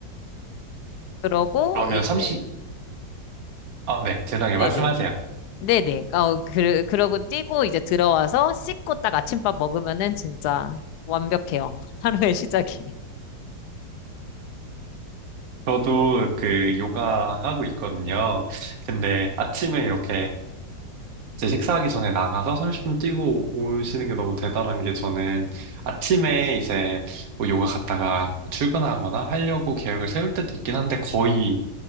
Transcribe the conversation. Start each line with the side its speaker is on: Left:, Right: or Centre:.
Left: 그러고
Right: 그러면
Left: 이제
Right: 30, 아, 네. 죄송해요.
Left: 네네.
Right: 말씀하세요.
Left: 네네. 어, 그, 그러고 뛰고 이제 들어와서 씻고 딱 아침밥 먹으면은 진짜 완벽해요. <laughs> 하루의 시작이.
Right: 저도 그 요가 하고 있거든요. 근데 아침에 이렇게 제 식사하기 전에 나가서 30분 뛰고 오시는 게 너무 대단한 게 저는 아침에 이제 뭐 요가 갔다가 출근하거나 하려고 계획을 세울 때도 있긴 한데 거의